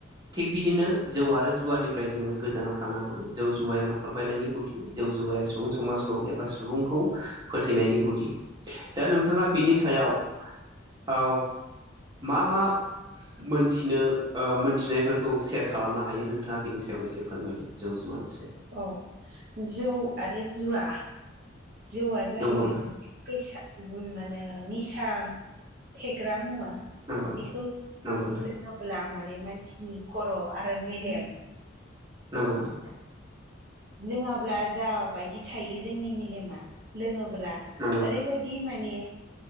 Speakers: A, on the right; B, on the right.
A: थिग बिदिनो जौ आरो जुवानिफ्राय जोङो गोजानाव थानांगौ जौ जुवाया न'खर बायनायनि गुदि जौ जुवाया सुबुं समाजखौ एबा सुबुंखौ फोथैनायनि गुदि दा नोंथाङा बिनि सायाव औ मा मा मोनथिनो ओ मोनथिनायफोरखौ सेयार खालामनो हायो नोंथाङा बिनि सायाव एसे फोरमायदो जौ-जुवानि सायाव।
B: औ जौ आरो जुवा जौवा जाहैबाय
A: नंगौ नोंथां
B: मोनसे बेसाद मा नो निसा फेग्रा मुवा।
A: नंगौ
B: बेखौ
A: नंगौ
B: लोङोब्ला माने मानसिनि खर' आरो मेलेम
A: नंगौ थां।
B: लोङाब्ला जा बायदि थायो जोंनि मेलेमा लोङोब्ला
A: नंगौ नोंथां
B: ओरैबायदि माने